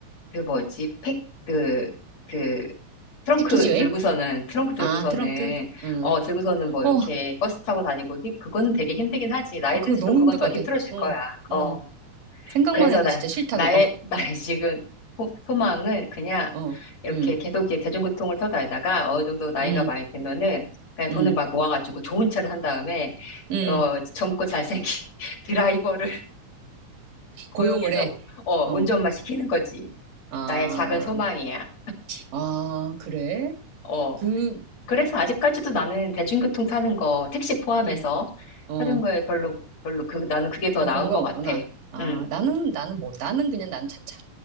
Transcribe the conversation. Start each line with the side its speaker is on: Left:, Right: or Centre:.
Left: 그 뭐지, 팩, 그, 그, 트렁크
Right: 패키지 여행?
Left: 들고서는, 트렁크 들고서는,
Right: 아, 트렁크? 응.
Left: 어, 들고서는 뭐
Right: 어,
Left: 이렇게 버스 타고 다니고, 히- 그건 되게 힘들긴 하지. 나이
Right: 그거
Left: 들수록
Right: 너무
Left: 그건
Right: 힘들
Left: 더
Right: 것
Left: 힘들어질
Right: 같아. 어,
Left: 거야.
Right: 어.
Left: 어,
Right: 생각만
Left: 그래서
Right: 해도
Left: 나,
Right: 진짜 싫다,
Left: 나의,
Right: 그거.
Left: <laughs> 나의 지금 소, 소망은 그냥
Right: 어,
Left: 이렇게
Right: 응,
Left: 계속 이렇게 대중교통을 타고 다니다가 어느 정도 나이가
Right: 응,
Left: 많이 들면은 그냥
Right: 응,
Left: 돈을 막 모아가지고 좋은 차를 산 다음에,
Right: 응.
Left: 어, 젊고 잘생긴 <laughs> 드라이버를 고용해서
Right: 고용을 해.
Left: 어,
Right: 어,
Left: 운전만 시키는 거지.
Right: 아.
Left: 나의 작은 소망이야.
Right: 아, 그래?
Left: 어.
Right: 그,
Left: 그래서 아직까지도 나는 대중교통 타는 거, 택시 포함해서
Right: 음, 어,
Left: 타는 거에 별로, 별로, 그, 나는 그게 더
Right: 그
Left: 나은
Right: 거부감
Left: 것 같아.
Right: 없구나. 아,
Left: 음,
Right: 나는, 나는 뭐, 나는 그냥 나는 자차.